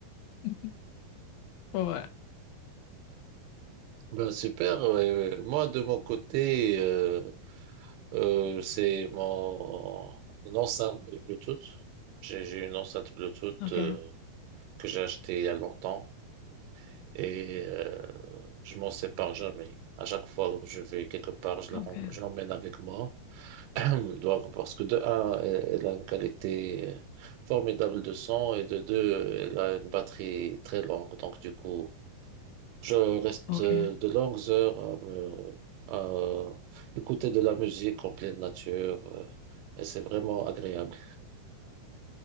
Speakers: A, on the left; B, on the right.
A: <laughs> Ouais.
B: Ben, super. ouais, ouais. Moi, de mon côté, euh, Euh, c'est mon une enceinte de Bluetooth. J'ai j'ai une enceinte Bluetooth
A: Ok,
B: euh, que j'ai achetée il y a longtemps et euh, je m'en sépare jamais. À chaque fois que je vais quelque part, je la
A: ok,
B: rem- je l'emmène avec moi. <clears throat> Donc, Parce que de un, elle, elle a une qualité euh, formidable de son et de deux, elle a une batterie très longue. Donc du coup, je reste
A: ok,
B: euh, de longues heures à, me- à écouter de la musique en pleine nature, euh, et c'est vraiment agréable.